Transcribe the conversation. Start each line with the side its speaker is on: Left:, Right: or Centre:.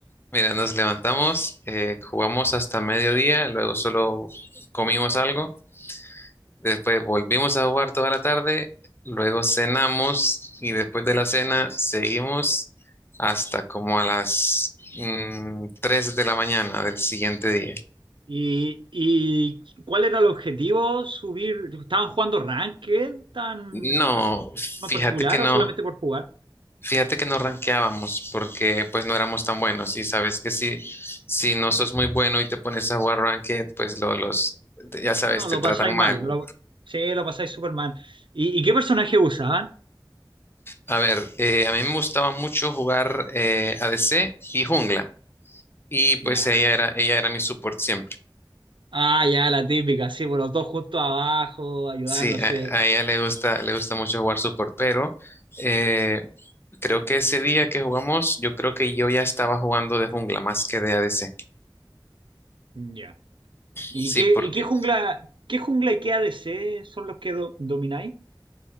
Left: Mira, nos levantamos, eh, jugamos hasta mediodía, luego solo comimos algo, después volvimos a jugar toda la tarde, luego cenamos y después de la cena seguimos hasta como a las mm, 3 de la mañana del siguiente día.
Right: ¿Y, y cuál era el objetivo? ¿Subir? ¿Estaban jugando ranked tan
Left: No,
Right: en
Left: fíjate
Right: particular
Left: que no,
Right: o solamente por jugar?
Left: fíjate que no rankeábamos porque pues no éramos tan buenos y sabes que si, si no sos muy bueno y te pones a jugar ranked, pues lo- los, ya sabes,
Right: No,
Left: te
Right: lo
Left: tratan
Right: pasáis mal.
Left: mal.
Right: Lo, sí, lo pasáis súper mal. ¿Y, y qué personaje usaban?
Left: A ver, eh, a mí me gustaba mucho jugar eh, ADC y jungla. Y pues
Right: Ya.
Left: ella era, ella era mi support siempre.
Right: Ah, ya, la típica, sí, por los dos justo abajo, ayudándose.
Left: Sí, a, a ella le gusta, le gusta mucho jugar support, pero eh, creo que ese día que jugamos, yo creo que yo ya estaba jugando de jungla más que de ADC.
Right: Ya.
Left: Sí,
Right: ¿Y qué,
Left: porque,
Right: y qué jungla, qué jungla y qué ADC son los que do- domináis?